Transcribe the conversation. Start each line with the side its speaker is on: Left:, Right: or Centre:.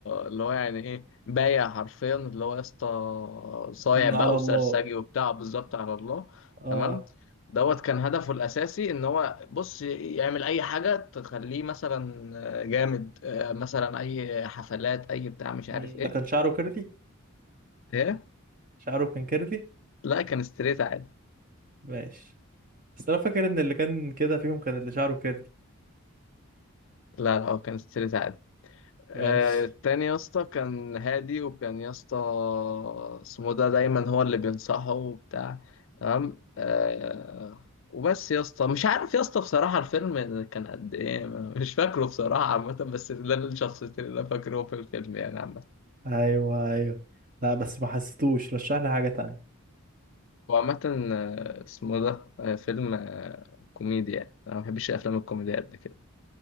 Left: اللي هو يعني ايه بايع حرفيا اللي هو يا اسطى صايع
Right: مم،
Left: بقى
Right: على
Left: وسرسجي
Right: الله
Left: وبتاع بالظبط على الله
Right: اه
Left: تمام دوت كان هدفه الاساسي ان هو بص يعمل اي حاجه تخليه مثلا جامد آه، مثلا اي حفلات اي بتاع مش عارف
Right: مم،
Left: ايه
Right: ده كان شعره كيرلي
Left: ايه
Right: شعره كان كيرلي
Left: لا كان ستريت عادي
Right: ماشي بس انا فاكر ان اللي كان كده فيهم كان اللي شعره كيرلي
Left: لا لا هو كان ستريت عادي آه،
Right: ماشي
Left: التاني يا اسطى كان هادي وكان يا اسطى اسمه ده دايما هو اللي بينصحه وبتاع تمام آه وبس يا اسطى مش عارف يا اسطى بصراحة الفيلم كان قد ايه مش فاكره بصراحة عامة بس ده الشخصيتين اللي انا فاكره في الفيلم يعني عامة
Right: ايوه ايوه لا بس ما حسيتوش رشح لي حاجة تانية
Left: هو عامة آه، اسمه ده آه، فيلم آه، كوميديا يعني. انا ما بحبش الافلام الكوميديا قد كده